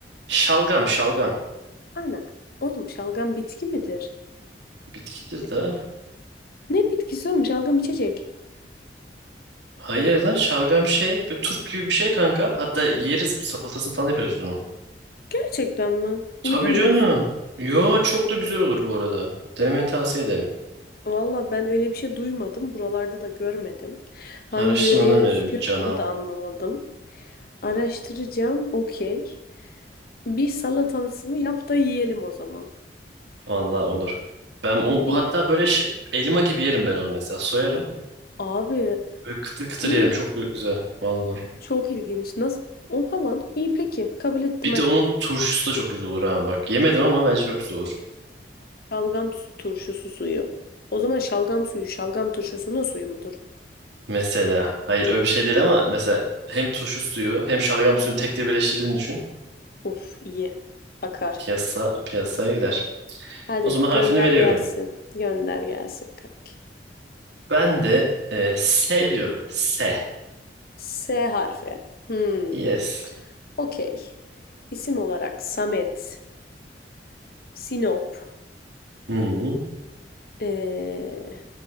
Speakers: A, on the right; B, on the left.
A: şalgam, şalgam.
B: Ana, oğlum şalgam bitki midir?
A: Bitkidir de.
B: Ne bitkisi oğlum şalgam içecek?
A: Hayır lan şalgam şey, bir turp gibi bir şey kanka. Hatta yeriz, salatasını falan yaparız biz onu.
B: Gerçekten mi?
A: Tabii
B: Uydurmuyorsun.
A: canım. Yo, çok da güzel olur bu arada. Denemeni tavsiye ederim.
B: Vallahi ben öyle bir şey duymadım. Buralarda da görmedim. Hangi
A: Araştırmanı
B: yöreye
A: öneririm
B: özgü
A: canım.
B: onu da anlamadım. Araştıracağım, okey. Bir salatasını yap da yiyelim o zaman.
A: Vallahi olur. Ben o,
B: İyi.
A: bu hatta böyle şey- elma gibi yerim ben onu mesela. Soyarım.
B: Abi
A: Böyle kıtır kıtır
B: iyi.
A: yerim. Çok güzel. Vallahi.
B: Çok ilginç. Nasıl? O falan. İyi peki. Kabul ettim
A: Bir
B: hadi.
A: de onun turşusu da çok güzel olur ha bak. Yemedim ama bence çok güzel olur.
B: Şalgam su- turşusu suyu. O zaman şalgam suyu şalgam turşusunun suyu mudur?
A: Mesela. Hayır öyle bir şey değil ama mesela hem turşu suyu hem şalgam suyunu tek de birleştirdiğini düşün.
B: Of iyi. Akar.
A: Piyasa piyasaya gider.
B: Hadi
A: O zaman harfini
B: gönder
A: veriyorum.
B: gelsin. Gönder gelsin kanki.
A: Ben de e, S diyorum. S.
B: S harfi. Hmm.
A: Yes.
B: Okey. İsim olarak Samet, Sinop,
A: Hı hı.
B: ee,